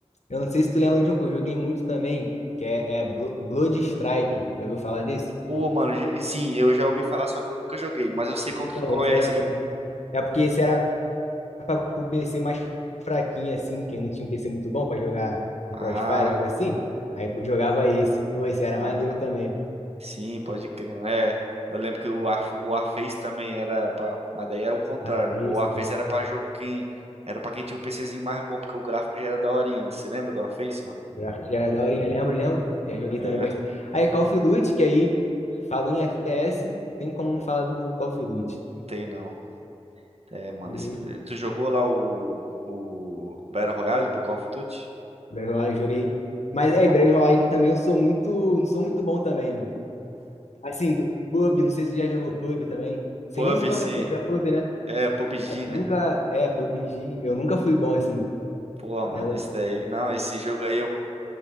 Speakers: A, on the left; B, on the right.
A: eu não sei se tu lembra de um que eu joguei muito também, que é, é Blo- Blood Strike. Já ouviu falar desse?
B: Pô, mano, j- sim, eu já ouvi falar, só que eu nunca joguei, mas eu sei qual,
A: Então,
B: que- qual
A: esse
B: é
A: era
B: esse jogo.
A: É porque esse era para pro PC mais fraquinho, assim, quem não tinha um PC muito bom para jogar um
B: Ah,
A: Crossfire, algo assim. Aí jogava esse. Pô, esse era
B: ah,
A: maneiro também. mano.
B: sim, pode crer, mano. É, eu lembro que o War, o Warface também era pra, mas daí é o contrário,
A: Warface,
B: né? O Warface
A: é.
B: era pra jogo quem, era pra quem tinha o PCzinho mais bom, porque o gráfico já era daorinha, né? Você lembra do Warface, mano?
A: O gráfico já era daorinha. Lembro, lembro. Já joguei
B: É,
A: também bastante. Aí Call of Duty, que aí falo em FPS, não tem como não falar do Call of Duty.
B: tem não. É, mano,
A: E
B: esse,
A: aí,
B: tu jogou lá o, o Battle Royale do Call of Duty?
A: Battle Royale eu joguei. Mas aí,
B: Qual-
A: Battle Royale também eu sou muito, não sou muito bom também, mano. Assim, do- PUBG, não sei se você já jogou PUBG também. Sei
B: Pub,
A: nem se o nome
B: sim.
A: é PUBG, é PUBG, né?
B: É, PUBG,
A: Mas
B: né?
A: Nunca, é, PUBG, eu nunca fui bom assim.
B: Pô,
A: dela
B: mano, esse daí, não, esse jogo aí eu